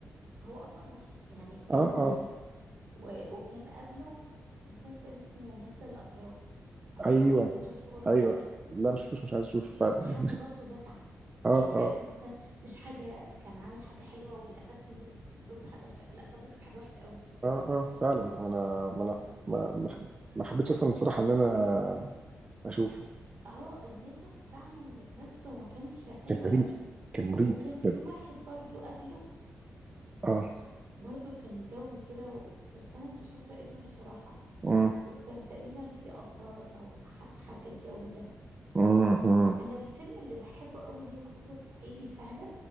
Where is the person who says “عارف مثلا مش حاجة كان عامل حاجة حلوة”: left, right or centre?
Right